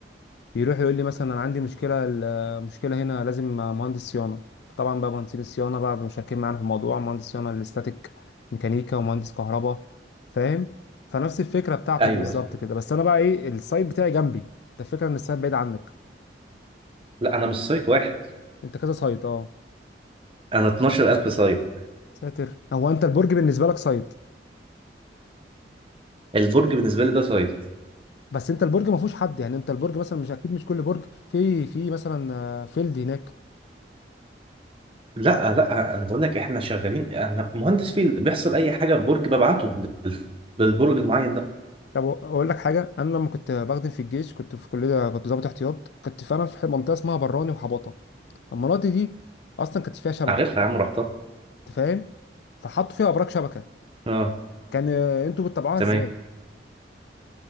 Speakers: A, on the left (about 65°); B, on the right (about 30°).
A: يروح يقول لي مثلا انا عندي مشكله ال- مشكله هنا لازم مهندس صيانه طبعا بقى مهندسين الصيانه بقى مشاركين معانا في الموضوع مهندس صيانه الاستاتيك ميكانيكا ومهندس كهرباء فاهم فنفس الفكره بتاعتك
B: ايوه
A: دي بالظبط كده بس انا بقى ايه السايت بتاعي جنبي انت الفكره ان السايت بعيد عنك
B: لا انا مش سايت واحد
A: انت كذا سايت اه
B: انا 12000 سايت
A: ساتر هو انت البرج بالنسبه لك سايت
B: البرج بالنسبه لي ده سايت
A: بس انت البرج ما فيهوش حد يعني انت البرج مثلا مش اكيد مش كل برج في في مثلا آه، فيلد هناك
B: لا لا انا بقول لك احنا شغالين انا مهندس فيل بيحصل اي حاجه في برج ببعته لل- للبرج المعين ده
A: طب اقول لك حاجه انا لما كنت بخدم في الجيش كنت في كليه كنت ضابط احتياط كنت فعلا في منطقه اسمها براني وحباطه المناطق دي اصلا كانت فيها شبكه
B: عارفها يا عم رحتها
A: انت فاهم فحطوا فيها ابراج شبكه
B: اه
A: كان آه، انتوا بتتابعوها
B: تمام
A: ازاي